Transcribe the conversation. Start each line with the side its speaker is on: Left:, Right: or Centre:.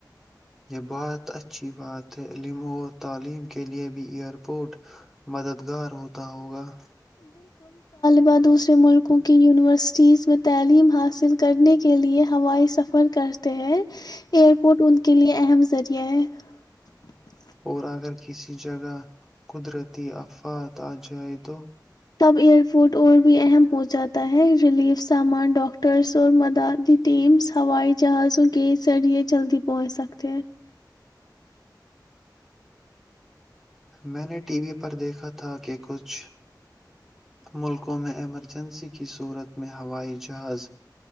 Centre: یہ بہت اچھی بات ہے علم اور تعلیم کے لیے بھی ایئرپورٹ مددگار ہوتا ہوگا <unintelligible>
Left: میں دوسرے ملکوں کی یونیورسٹیز و تعلیم حاصل کرنے کے لیے ہوائی سفر کرتے ہیں ایئرپورٹ ان کے لیے اہم ذریعہ ہے <unintelligible>
Centre: اور اگر کسی جگہ قدرتی آفات آ جائے تو <unintelligible>
Left: تب ایئرپورٹ اور بھی اہم ہو جاتا ہے ریلیف سامان ڈاکٹرس اور مدد ٹیمس ہوائی جہازوں کے ذریعے جلدی پہنچ سکتے ہیں <unintelligible>
Centre: میں نے ٹی وی پر دیکھا تھا کہ کچھ ملکوں میں ایمرجنسی کی صورت میں ہوائی جہاز